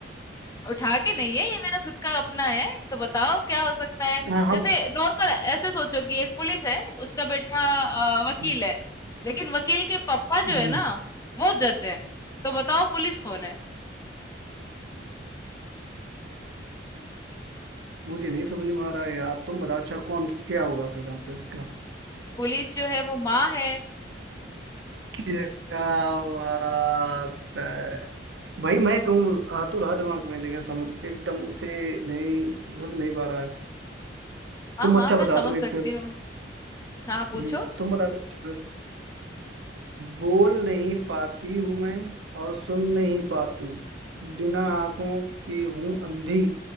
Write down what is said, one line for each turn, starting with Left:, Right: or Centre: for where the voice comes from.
Left: उठा के नहीं है ये मेरा खुद का अपना है तो बताओ क्या हो सकता है
Right: हाँ हाँ
Left: जैसे नॉर्मल ऐसे सोचो कि एक पुलिस है उसका बेटा अ, वकील
Right: हम्म,
Left: है लेकिन वकील के पापा जो
Right: हम्म,
Left: है ना वो जज है तो बताओ पुलिस कौन है
Right: मुझे नहीं समझ में आ रहा है यार तुम बताओ अच्छा कौन क्या होगा फिर आंसर इसका
Left: पुलिस जो है वो माँ है
Right: क्या बात है भाई मैं कहूँ आ तो रहा दिमाग में लेकिन सम एकदम से नहीं घुस नहीं पा रहा है
Left: हाँ
Right: तुम
Left: हाँ
Right: अच्छा
Left: मैं
Right: बता
Left: समझ
Right: दो एक
Left: सकती
Right: फिर
Left: हूँ हाँ हाँ, पूछो
Right: हम्म, तुम बता दो अच्छा फिर। बोल नहीं पाती हूँ मैं और सुन नहीं पाती बिना आंखों के हूँ अंधी